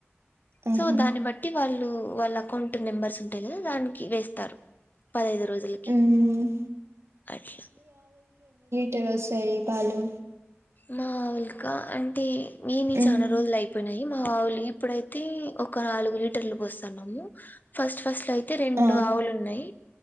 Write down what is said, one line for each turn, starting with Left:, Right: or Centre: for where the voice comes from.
Right: ఆహా
Left: సో దాన్ని బట్టి వాళ్ళు. వాళ్ళ అకౌంట్ నెంబర్స్ ఉంటాయి కదా దానికి వేస్తారు. పదిఐదు రోజులకి
Right: ఉమ్
Left: అట్లా
Right: టరు వస్తాయి పాలు
Left: మా ఆవుల్క అంటే మీ నీ
Right: ఉమ్
Left: చాలా రోజలు అయిపోయినాయి. మా ఆవులు ఇప్పుడైతే ఒక నాలుగు లీ ర్లు పోస్తాన్నాము ఫస్ట్ ఫస్ట్ లో అయితే రెండు
Right: ఆ
Left: ఆవులు ఉన్నాయి.